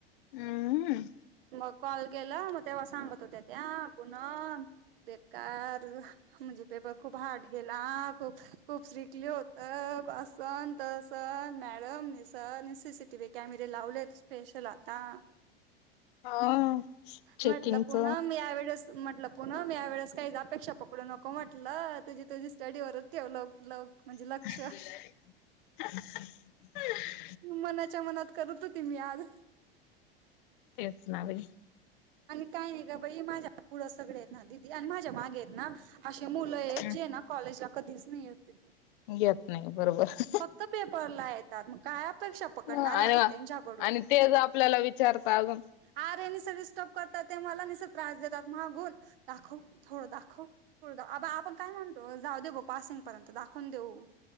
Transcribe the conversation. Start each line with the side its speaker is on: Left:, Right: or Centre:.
Left: हम्.
Right: मग कॉल केला मग तेव्हा सांगत होत्या त्या पुनम बेकार म्हणजे पेपर खूप हार्ड गेला खूप खूप स्ट्रकली होत असन. सर मॅडम न सर सीसीटी व्ही कॅमेरे लावले स्पेशल आता.
Left: हा
Right: म्हटलं
Left: चेकिंगच
Right: पुनम या वेेळेस म्हटलं पुनम या वेळेस काही अपेक्षा पकडू नको म्हटलं तुझी तुझी स्टडीवरच ठेव लव लव म्हणजे लक्ष
Left: <inaudible>
Right: मनाच्या मनात करत होती मी आज.
Left: तेच ना बाई.
Right: आणि काय नाही का बाई माझ्या पुढं सगळे आहेत ना दिदी आणि माझ्या मागे आहेत ना. असे मुलं आहेत
Left: हम्
Right: जे ना कॉलेजला कधीच नाही ते.
Left: येत नाही बरोबर
Right: फक्त पेपरला आहेत. मग काय अपेक्षा पकडणार
Left: आणि
Right: आहे आपण त्यांच्याकडून?
Left: आणि तेच आपल्याला विचारता अजून
Right: आरे निस डिस्टर्ब करतात. ते मला निस त्रास देतात मागून. दाखव, थोडं दाखव, थोड दाखव. आपण काय म्हणतो जाऊ दे बा. पासिंग पर्यंत दाखवून देऊ.